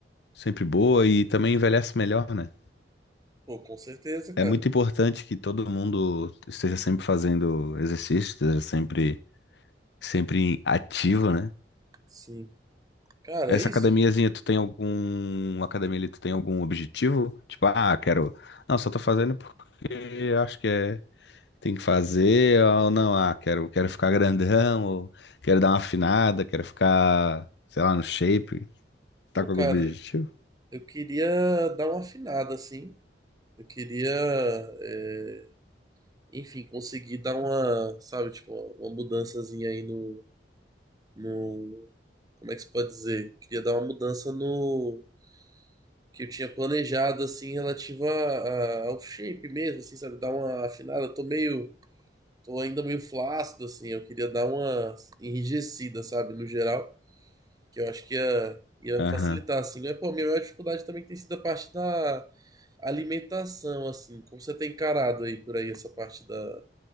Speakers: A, on the left (about 75°); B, on the right (about 20°).
A: Sempre boa e também envelhece melhor, né?
B: Pô, com certeza,
A: É
B: cara.
A: muito importante que todo mundo esteja sempre fazendo exercício, esteja sempre, sempre ativo, né?
B: Sim. Cara,
A: Essa
B: é isso?
A: academiazinha, tu tem algum, academia ali, tu tem algum objetivo? Tipo, ah, quero, não, só tô fazendo porque acho que é, tem que fazer, ou não, ah, quero, quero ficar grandão, ou quero dar uma afinada, quero ficar, sei lá, no shape. Tá
B: Pô,
A: com
B: cara,
A: algum objetivo?
B: eu queria dar uma afinada, assim. Eu queria, é, enfim, conseguir dar uma, sabe, tipo, uma mudançazinha aí no, no, como é que se pode dizer? Queria dar uma mudança no que eu tinha planejado, assim, relativa a- a- ao shape mesmo, assim, sabe? Dar uma afinada. Eu Tô meio, tô ainda meio flácido, assim. Eu queria dar uma enrijecida, sabe? No geral, que eu acho que ia, ia
A: Aham.
B: facilitar, assim. Mas, pô, a minha maior dificuldade também tem sido a parte da alimentação, assim. Como você tem encarado aí por aí essa parte da,